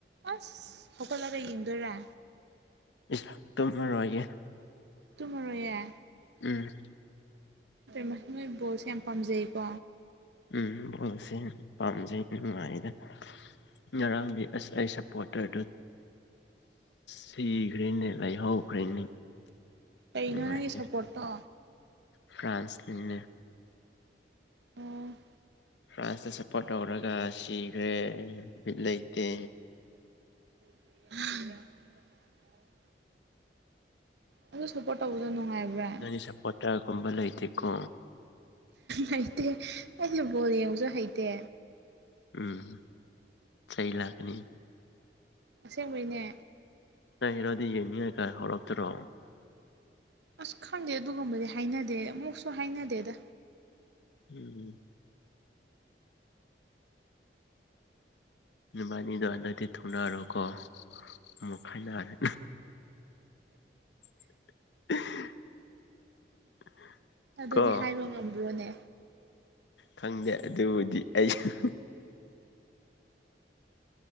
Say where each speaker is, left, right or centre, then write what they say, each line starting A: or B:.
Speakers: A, on the right; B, on the left.
A: ꯑꯁ ꯍꯧꯀꯠꯂꯒ ꯌꯦꯡꯗꯣꯏꯔꯥ
B: ꯏꯁ ꯇꯨꯝꯃꯔꯣꯏꯒꯦ
A: ꯇꯨꯝꯃꯔꯣꯏ ꯌꯥ
B: ꯎꯝ
A: ꯃꯍ ꯃꯣꯏ ꯕꯣꯁ ꯌꯥꯝ ꯄꯥꯝꯖꯩꯀꯣ
B: ꯎꯝ ꯕꯣꯜꯁꯦ ꯄꯥꯝꯖꯩ ꯅꯨꯡꯉꯥꯏꯗ ꯉꯔꯥꯡꯗꯤ ꯑꯁ ꯑꯩ ꯁꯞꯄꯣꯔꯇꯔꯗꯨ ꯁꯤꯈ꯭꯭ꯔꯦꯅꯦ ꯂꯩꯍꯧꯈ꯭ꯔꯦꯅꯦ
A: ꯀꯩꯅꯣ
B: ꯅꯨꯡꯉꯥꯏꯇꯦ
A: ꯅꯪꯒꯤ ꯁꯞꯄꯣꯔꯠꯇꯣ
B: ꯐ꯭ꯔꯥꯟꯁꯅꯤꯅꯦ
A: ꯑꯣ
B: ꯐ꯭ꯔꯥꯟꯁꯇ ꯁꯞꯄꯣꯔꯠ ꯇꯧꯔꯒ ꯁꯤꯈ꯭ꯔꯦ ꯠ ꯂꯩꯇꯦ
A: <unintelligible> ꯑꯗꯨ ꯁꯞꯄꯣꯔꯠ ꯇꯧꯕꯗꯣ ꯅꯨꯡꯉꯥꯏꯕ꯭ꯔꯥ
B: ꯅꯪꯒꯤ ꯁꯞꯄꯣꯔꯇꯔꯒꯨꯝꯕ ꯂꯩꯇꯦꯀꯣ
A: ꯍꯩꯇꯦ ꯑꯩꯗꯤ ꯕꯣꯜ ꯌꯦꯡꯁꯨ ꯍꯩꯇꯦ
B: ꯎꯝ ꯁꯩ ꯂꯥꯛꯀꯅꯤ
A: ꯑꯁꯦꯡꯕꯩꯅꯦ
B: ꯅꯔꯣꯗꯤ ꯌꯦꯡꯅꯤꯡꯉꯥꯏ ꯀꯥꯏ ꯍꯧꯔꯛꯇ꯭ꯔꯣ
A: ꯑꯁ ꯈꯪꯗꯦ ꯑꯗꯨꯒꯨꯝꯕꯗꯤ ꯍꯥꯏꯅꯗꯦ ꯑꯃꯨꯛꯁꯨ ꯍꯥꯏꯅꯗꯦꯗ
B: ꯎꯝ ꯕꯥꯅꯤꯗꯣ ꯍꯟꯗꯛꯇꯤ ꯊꯨꯅꯔꯣ ꯀꯣ ꯃ ꯈꯥꯏꯅꯔꯦ <unintelligible>
A: ꯑꯗꯨꯗꯤ
B: ꯀꯣ
A: ꯍꯥꯏꯕ ꯉꯝꯕ꯭ꯔꯣꯅꯦ
B: ꯈꯪꯗꯦ ꯑꯗꯨꯕꯨꯗꯤ ꯑꯩꯁꯨ